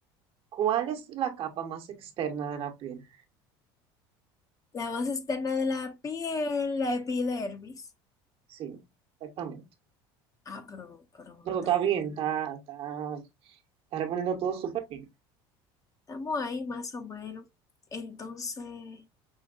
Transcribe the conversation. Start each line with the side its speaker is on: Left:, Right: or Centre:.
Right: cuál es la capa más externa de la piel?
Left: La más externa de la piel, la epidermis.
Right: Sí, exactamente.
Left: Ah, pero, pero uno
Right: No, no,
Left: está
Right: está
Left: en-
Right: bien, está, está, está reponiendo todo súper bien.
Left: Estamos ahí más o menos. Entonces,